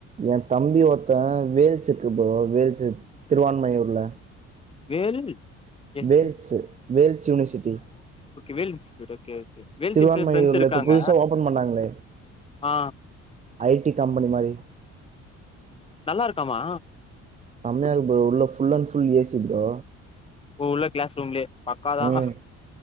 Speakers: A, on the right; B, on the left.
A: என் தம்பி ஒருத்தன் வேல்செக்கு ப்ரோ வேல்செக் திருவான்மியூர்ல
B: வேல் எஸ்ட்
A: Vels Vels university
B: Vels okay okay Vels
A: திருவான்மையூர்ல
B: institute friends இருக்காங்க
A: இப்ப புதுசா ஓபன் பண்ணாங்களே
B: ஆ
A: ஐடி கம்பெனி மாதிரி
B: நல்லா இருக்காமா
A: செமயா இருக்கு ப்ரோ உள்ள full and full AC bro
B: ஓ உள்ள கிளாஸ் ரூம்லயே பக்காதான்
A: ம்